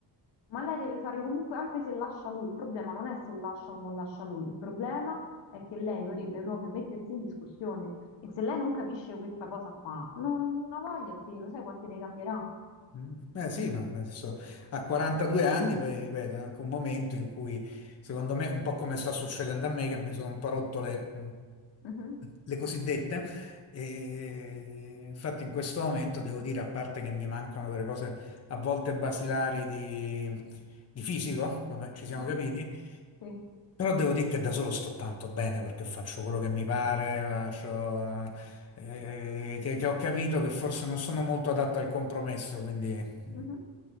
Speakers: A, on the left; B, on the left.
A: Ma lei deve fare comunque, anche se lascia lui, il problema non è se lascia o non lascia lui, il problema è che lei dovrebbe proprio mettersi in discussione e se lei non capisce questa cosa qua, non ha voglia a te, lo sai quanti ne cambierà?
B: Mm, Eh sì, ma adesso a 42 anni, poi ripeto, è anche un momento in cui, secondo me, un po' come sta succedendo a me, che mi sono un po' rotto le,
A: Mhm,
B: le cosiddette. E infatti in questo momento devo dire, a parte che mi mancano delle cose a volte basilari di, di fisico, vabbè, ci siamo
A: mhm,
B: capiti,
A: Sì.
B: però devo dire che da solo sto tanto bene perché faccio quello che mi pare, faccio, eh, che, che ho capito che forse non sono molto adatto al compromesso, quindi
A: mhm.
B: mm,